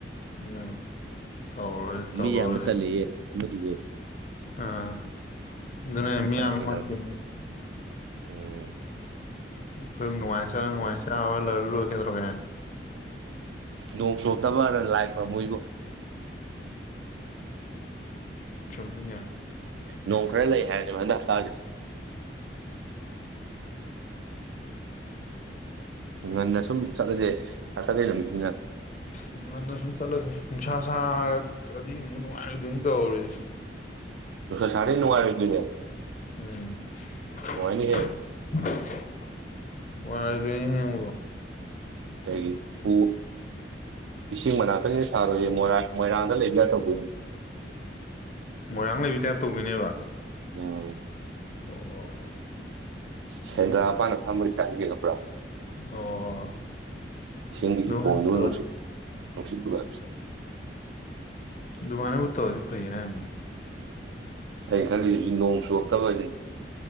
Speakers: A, on the left; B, on the right.
A: ꯑ ꯇꯧꯔꯣꯏ ꯇꯧꯔꯨꯔꯖꯦ
B: ꯃꯤ ꯌꯥꯝꯕ ꯇꯜꯂꯦꯌꯦ ꯑꯃꯗꯨꯁꯨ ꯑꯩꯈꯣꯏ
A: ꯑꯥ ꯑꯗꯨ
B: ꯑꯍꯨꯝꯇꯪ
A: ꯃꯤꯌꯥꯝꯃꯥ
B: ꯆꯠꯂꯁꯤ ꯀꯩꯗꯧꯔꯒꯦ
A: <unintelligible>
B: ꯎꯝ
A: ꯑꯩꯈꯣꯏ ꯅꯨꯡꯉꯥꯏꯆꯥꯔ ꯅꯨꯡꯉꯥꯏ ꯆꯥꯔ ꯂꯣꯏꯔ ꯂꯣꯏꯔꯦ ꯀꯩꯗꯧꯔꯒꯦ
B: ꯅꯣꯡ ꯆꯨꯔꯛꯇꯕꯅꯥ ꯂꯥꯏ ꯈꯨꯔꯝꯃꯨ ꯏꯕꯨ
A: ꯆꯨꯝꯃꯤꯅꯦ
B: ꯅꯣꯡ ꯈꯔ ꯂꯩ ꯍꯥꯏꯕꯅꯦꯕ ꯍꯟꯗꯛ ꯍꯞꯇꯥꯖꯦ ꯉꯟꯅ ꯁꯨꯝ ꯆꯠꯂꯖꯦ ꯁꯇ꯭ꯔꯗꯦ ꯅꯨꯃꯤꯠꯅꯤꯅ
A: ꯎꯝ ꯉꯟꯅ ꯁꯨꯝ ꯆꯠꯂꯖꯦ ꯅꯨꯡꯁꯥ ꯁꯥꯔꯛꯑꯗꯤ ꯑꯃꯨꯛ ꯅꯨꯡꯉꯥꯏꯔꯣꯏꯗꯣꯏꯅꯤ ꯇꯧꯔꯤ
B: ꯅꯨꯡꯁꯥ ꯁꯥꯔꯗꯤ ꯅꯨꯡꯉꯥꯏꯔꯣꯏꯗꯣꯏꯅꯦ
A: ꯎꯝ ꯅꯨꯡꯉꯥꯏꯔꯣꯏꯗꯨꯏꯅꯤꯅꯦ
B: ꯅꯨꯡꯉꯥꯏꯅꯤꯍꯦ
A: ꯅꯣꯏꯕꯣ
B: ꯀꯩ ꯄꯨ ꯏꯁꯤꯡ ꯃꯅꯥꯛꯇꯅꯤꯅ ꯁꯥꯔꯣꯏꯌꯦ ꯃꯣꯏꯔꯥ ꯃꯣꯏꯔꯥꯡꯗ ꯂꯩꯕꯥ <unintelligible> ꯇꯧꯗꯣꯏꯅꯦ
A: ꯃꯣꯏꯔꯥꯡ ꯂꯩꯕꯤ ꯇꯥꯏꯞ ꯇꯧꯗꯣꯏꯅꯦꯕ
B: ꯎꯝ
A: ꯑꯣ
B: ꯁꯦꯟꯗ꯭ꯔꯥꯄꯥꯥꯟꯅ ꯐꯝꯝꯕꯣꯏ ꯆꯥꯅꯤꯒꯂ ꯄꯨꯔꯥ
A: ꯑꯣ
B: ꯏꯁꯤꯡꯒꯤ
A: ꯑꯗꯨꯃꯥꯏꯅꯕꯨ
B: ꯐꯣꯟꯗꯨ
A: ꯇꯧꯔꯗꯤ
B: ꯅꯨꯡꯁꯤꯠ ꯅꯨꯡꯁꯤꯠꯇꯒ
A: ꯑꯗꯨꯃꯥꯏꯅꯕꯨ ꯇꯧꯗꯤ ꯐꯩ ꯍꯥꯏꯅꯤ
B: ꯑꯩꯅ ꯈꯜꯂꯤꯁꯤꯁꯨ ꯅꯣꯡ ꯆꯨꯨꯔꯞꯇꯕ ꯍꯥꯏꯕꯁꯤꯅꯤ